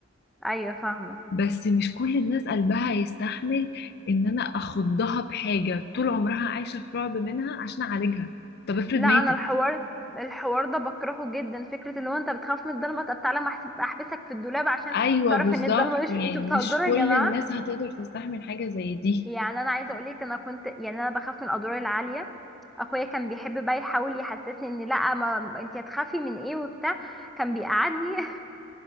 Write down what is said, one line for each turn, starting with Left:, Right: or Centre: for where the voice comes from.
Centre: ايوه فاهمه
Left: بس مش كل الناس قلبها يستحمل ان انا اخضها بحاجة طول عمرها عايشة في رعب منها عشان اعالجها طب افرض
Centre: لا
Left: ماتت
Centre: انا الحوار الحوار ده بكرهه جدا فكره اللي هو انت بتخاف من الضلمه طب تعالى ما أحس- احبسك في الدولاب عشان
Left: ايوه
Centre: تعرف
Left: بالظبط
Centre: ان الضلمه مش
Left: يعني
Centre: في انتوا بتهزروا
Left: مش كل
Centre: يا جماعه
Left: الناس هتقدر تستحمل حاجة زي دي
Centre: يعني انا عايزه اقولك انا كنت يعني انا بخاف من الادوار العاليه اخويا كان بيحب بقى يحاول يحسسني ان لا ما انت هتخافي من ايه وبتاع كان بيقعدني <laughs>